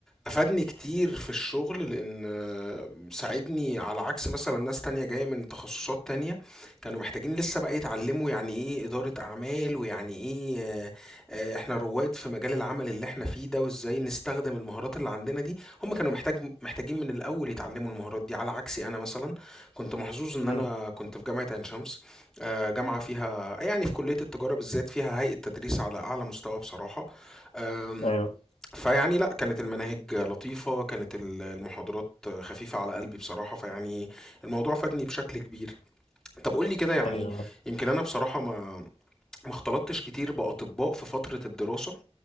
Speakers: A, in the centre; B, on the left.
A: افادني كتير في الشغل لان آه، ساعدني على عكس مثلا ناس تانية جاية من تخصصات تانية كانوا محتاجين لسه بقى يتعلموا يعني ايه إدارة اعمال ويعني ايه آه، آه، احنا رواد في مجال العمل اللي احنا فيه ده وازاي نستخدم المهارات اللي عندنا دي هم كانوا محتاج محتاجين من الاول يتعلموا المهارات دي على عكسي انا مثلا كنت محظوظ ان
B: امم
A: انا كنت في جامعة عين شمس آه، جامعة فيها يعني في كلية التجارة بالذات فيها هيئة تدريس على أعلى مستوى بصراحة آم،
B: ايوه
A: فيعني لا كانت المناهج لطيفة كانت ال- المحاضرات خفيفة على قلبي بصراحة فيعني الموضوع فادني بشكل كبير طب قول لي كده يعني
B: ايوه
A: يمكن أنا بصراحة ما ما اختلطتش كتير بأطباء في فترة الدراسة